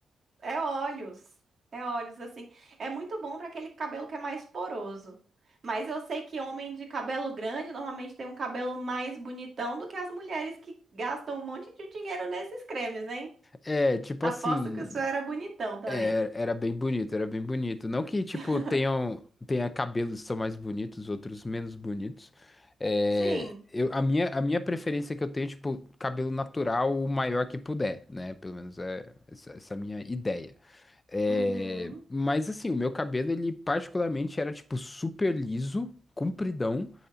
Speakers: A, on the right (about 50°); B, on the left (about 30°).
A: É óleos. É óleos, assim. É muito bom para aquele cabelo que é mais poroso. Mas eu sei que homem de cabelo grande normalmente tem um cabelo mais bonitão do que as mulheres que gastam um monte de dinheiro nesses cremes, hein?
B: É, tipo
A: Aposto
B: assim,
A: que o seu era bonitão também.
B: é- era bem bonito, era bem bonito. Não que, tipo,
A: <laughs>
B: tenham, tenha cabelos que são mais bonitos, outros menos bonitos. É,
A: Sim.
B: eu, a minha, a minha preferência que eu tenho, é, tipo, cabelo natural o maior que puder, né? Pelo menos é essa, essa minha ideia. É,
A: Uhum.
B: mas assim, o meu cabelo, ele particularmente era, tipo, super liso, compridão